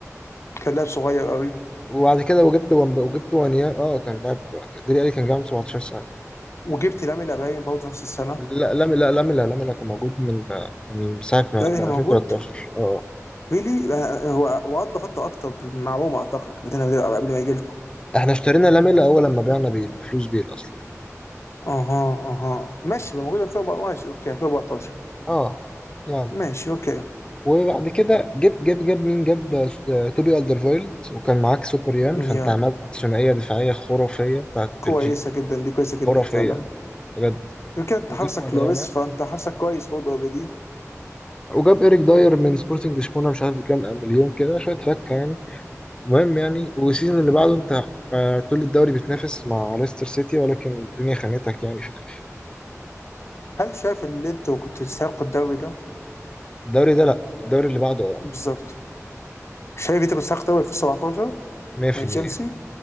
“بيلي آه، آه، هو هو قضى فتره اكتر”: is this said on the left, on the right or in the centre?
Left